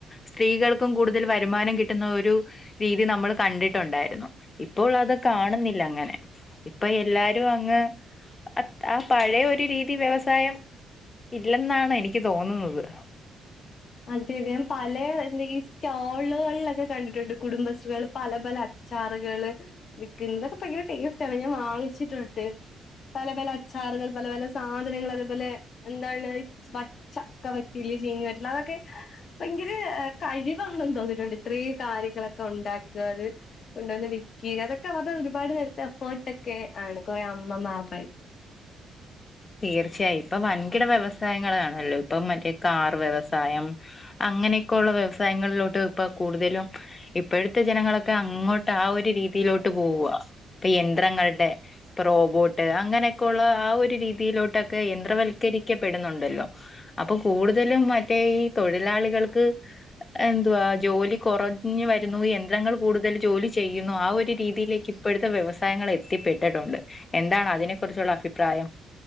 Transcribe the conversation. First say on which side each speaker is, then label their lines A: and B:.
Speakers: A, on the left; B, on the left.
A: സ്ത്രീകൾക്കും കൂടുതൽ വരു തീരുമാനം കിട്ടുന്ന ഒരു രീതി നമ്മള് കണ്ടിട്ടൊണ്ടായിരുന്നു ഇപ്പോൾ അത് കാണുന്നില്ല അങ്ങനെ ഇപ്പ എല്ലാരും അങ്ങ് അ ആ പഴയൊരു രീതി വ്യവസായം ഇല്ലെന്നാണ് എനിക്ക് തോന്നുന്നത്
B: അതെ അതേം പലേ എന്തെങ്കിലും ഈ സ്റ്റോളുകളിലൊക്കെ കണ്ടിട്ടുണ്ട് കുടുംബശ്രീകൾ പല പല ചാറുകള് വിക്കല് ഇതൊക്കെ ഭയങ്കര ടേസ്റ്റ് ആണ് ഞാൻ വാങ്ങിച്ചിട്ടുണ്ട് പല പല അച്ചാറുകൾ പല പല സാധനങ്ങള് അതേപോലെ എന്താണ് ഈ പച്ചക്ക വറ്റില് ചീ ലതൊക്കെ ഭയങ്കര എ കഴിവാണെന്ന് തോന്നിട്ടുണ്ട് ഇത്രേം കാര്യങ്ങളൊക്കെ ഒണ്ടാക്കുക അത് ഹ്ഹ് കൊണ്ടോന്ന് വിക്കിക അതൊക്കെ അവർടെ ഒരുപാട് നേരത്തെ എഫോർട്ടെക്കെ ആണ് കൊറെ അമ്മമാർടെ
A: തീർച്ചയായും ഇപ്പൊ വൻകിട വ്യവസായങ്ങൾ ആണല്ലോ ഇപ്പം മറ്റേ കാർ വ്യവസ സായം അങ്ങനെയൊക്കെ ഒള്ള വ്യവസായങ്ങളിലോട്ട് ഇപ്പ കൂടുതലും ഇപ്പോഴത്തെ ജനങ്ങളൊക്കെ അ അങ്ങോട്ട് ആ ഒരു രീതിയിലോട്ട് പോവുവാ ഇപ്പോ യന്ത്രങ്ങളുടെ ഇപ്പോ റോബോട്ട് അങ്ങനെയൊക്കെ ഒ ള്ള ആ ഒരു രീതിയിലോട്ടെക്കെ യന്ത്രവൽക്കരി ക്കപ്പെടുന്നൊണ്ടല്ലോ അപ്പൊ കൂടുതലും മറ്റേ ഈ തൊഴിലാളികൾക്ക് എന്തുവാ ആ ജോലി കൊറഞ്ഞു വരുന്നു യന്ത്രങ്ങൾ കൂടുതൽ ജോലി ചെയ്യുന്നു ആ ഒരു രീതിയിലേക്ക് ഇപ്പോഴത്തെ വ്യവസാ യങ്ങൾ എത്തിപ്പെട്ടിട്ടൊണ്ട് എന്താണ് അതിനെ കുറിച്ചുള്ള അഭിപ്രായം